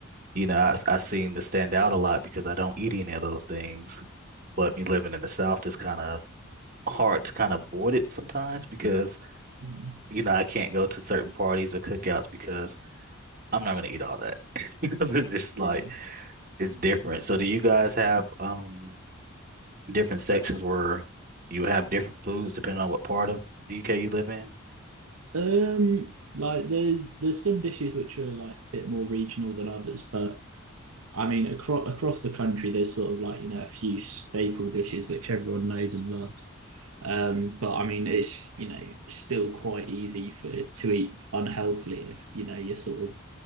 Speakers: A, on the right (about 40°); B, on the right (about 80°).
A: you know, I I seem to stand out a lot because I don't eat any of those things. But me living in the South is kind of hard to kind of avoid it sometimes because
B: Mm.
A: you know I can't go to certain parties or cookouts because I'm not gonna eat all that. <laughs> Because it's just
B: Yeah.
A: like it's different. So do you guys have um different sections where you have different foods depending on what part of the UK you live in?
B: Um, like there's there's some dishes which are like a bit more regional than others, but I mean across across the country there's sort of like you know a few staple dishes which everyone knows and loves. Um, but I mean it's you know still quite easy for to eat unhealthily if you know you're sort of